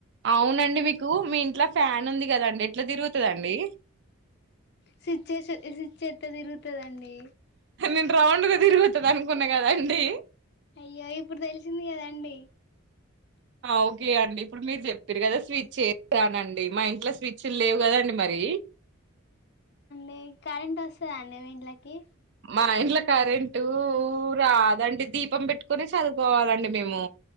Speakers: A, on the right (about 55°); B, on the left (about 50°).
A: అవునండి మీకు మీ ఇంట్లో ఫ్యాన్ ఉంది కదండి ఎట్లా తిరుగుతదండి
B: స్విచ్ ఏసి స్విచ్చేత్తే తిరుగుతుదండి
A: నేను రౌండ్ గా తిరుగుతుంది అనుకున్నా కదా అండి
B: అయ్యో ఇప్పుడు తెలిసింది కదండి
A: ఓకే అండి ఇప్పుడు మీరు చెప్పిరు కదా స్విచ్ చేసానండి మా ఇంట్లో స్విచ్లు లేవు కదాండి మరి
B: మీక్ కరంట్ వస్తదా అండి వీళ్ళకి
A: మా ఇండ్ల కరెంటూ రాదండి దీపం పెట్టుకునే చదువు కోవాలండి మేము